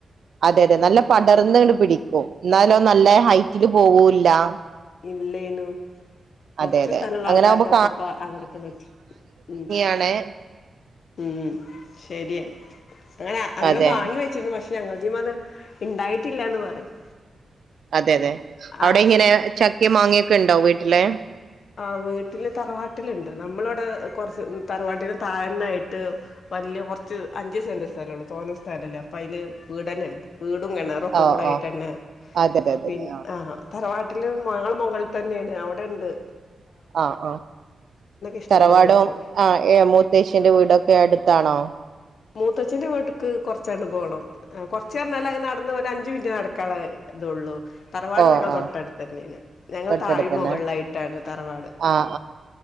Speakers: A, on the right; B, on the left.
A: അതെതെ നല്ല പടർന്നിട്ട് പിടിക്കും ന്നാലോ നല്ല ഹൈറ്റിൽ പോവൂല്‌ ഇല്ലാ
B: ഇല്ലെയ്നു കൊറ്ച്ച്
A: അതെ അതെ
B: സ്ഥലുള്ള
A: അങ്ങനെ
B: ആൾക്കാർക്കൊക്കെപ്പൊ
A: ആകുമ്പോ
B: അവർക്കേ പറ്റു ഉം
A: എണേ
B: ഉം ശെരിയ അങ്ങനെ അങ്ങനെ
A: അതെ
B: വാങ്ങി വെച്ച രു പക്ഷെ ഞങ്ങള്ടെയും അത് ഇണ്ടായിട്ടില്ലാന്ന് പറയും
A: അതെ അതെ അവിടെ
B: ആഹ്
A: ഇങ്ങനെ ചക്കേം മാങ്ങേയൊക്കെണ്ടോ വീട്ടില്
B: ആ വീട്ടില് തറവാട്ടിലിണ്ട് നമ്മളിവിടെ കൊറച്ച് തറവാട്ടിന് തായെന്നായിട്ട് വല്ല്യ കൊറ്ച്ച് അഞ്ച് സെന്റ് സ്ഥലൊട്ത്തു തോനം സ്ഥലൊല്ല അപ്പ അയില് വീടന്നെ ഇട്ടു വീടും കെണറും ഒക്കെ
A: ഓഹ്
B: കൂടായിട്ടന്നെ
A: ഓഹ് അതെ അതെ
B: പിന്നെ
A: അതെ
B: ആഹ് തറവാട്ടിൽ മകൾ മുകൾ തന്നെയാണ് അവിടെണ്ട്‌
A: ആഹ് ആഹ്
B: ഇഷ്ടം
A: തറവാടും
B: പോലെ കിട്ടും
A: ആ ഏ മൂത്തേശ്ശിന്റെ വീടൊക്കെ അടുത്താണോ
B: മൂതെച്ഛൻ്റെ വീട്ടക്ക് കുറച്ചാണ്ട് പോണം കൊറ്ച്ചറ്ഞാല് അത് നട്ന്ന്‌ ഒരു അഞ്ചു മിനിറ്റ് നടക്കനുള്ള ഇ ഇതുള്ളൂ തറവാട്
A: ഓഹ്
B: ഞങ്ങടെ
A: ആഹ്
B: തൊട്ടടു ത്തെന്നെണ് ഞങ്ങള്
A: തൊട്ടടുത്തന്നെ
B: താഴേമുകളിലായിട്ടാണ് തറവാട്
A: ആഹ്